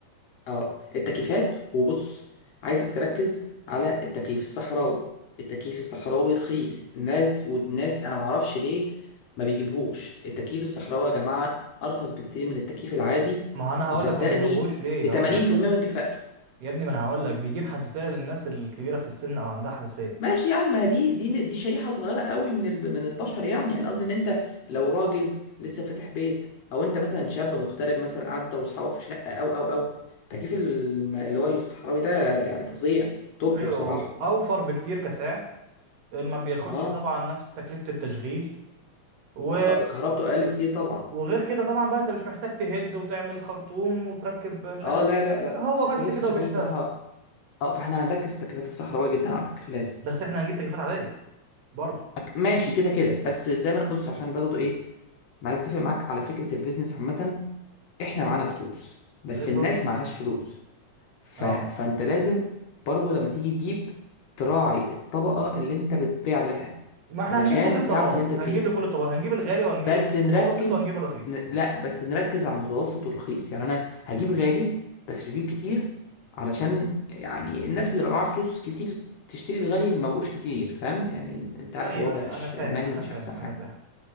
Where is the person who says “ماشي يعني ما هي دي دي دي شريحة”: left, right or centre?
Left